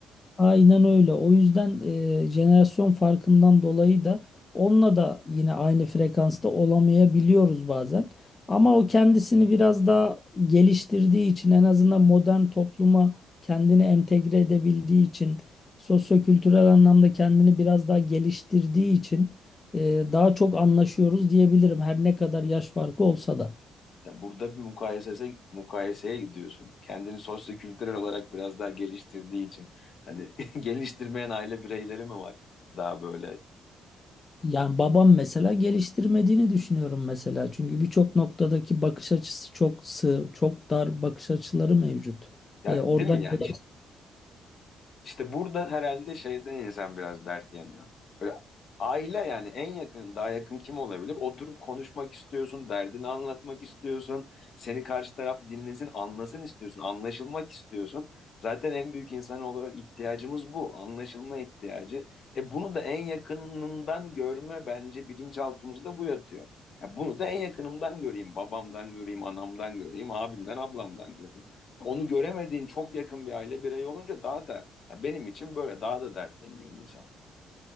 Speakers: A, on the left (about 30°); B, on the left (about 55°).
A: Aynen öyle. O yüzden e, jenerasyon farkından dolayı da onunla da yine aynı frekansta olamayabiliyoruz bazen. Ama o kendisini biraz daha geliştirdiği için en azından modern topluma kendini entegre edebildiği için sosyokültürel anlamda kendini biraz daha geliştirdiği için e, daha çok anlaşıyoruz diyebilirim her ne kadar yaş farkı olsa da.
B: Ya burada bir mukayesese, mukayeseye gidiyorsun. Kendini sosyokültürel olarak biraz daha geliştirdiği için. Hani <laughs> geliştirmeyen aile bireyleri mi var? Daha böyle.
A: Yani babam mesela geliştirmediğini düşünüyorum mesela. Çünkü birçok noktadaki bakış açısı çok sığ, çok dar bakış açıları mevcut.
B: Ya
A: Ee, oradan
B: değil mi yani?
A: yola
B: İşte burada herhalde şeyden insan biraz dert yanıyor. Böyle aile yani en yakın, daha yakın kim olabilir? Oturup konuşmak istiyorsun, derdini anlatmak istiyorsun. Seni karşı taraf dinlesin, anlasın istiyorsun, anlaşılmak istiyorsun. Zaten en büyük insan olarak ihtiyacımız bu, anlaşılma ihtiyacı. E bunu da en yakınından görme bence bilinçaltımızda bu yatıyor. Ya bunu da en yakınımdan göreyim, babamdan göreyim, anamdan göreyim, abimden, ablamdan göreyim. Onu göremediğin çok yakın bir aile bireyi olunca daha da ya benim için böyle daha da dertleniyor insan.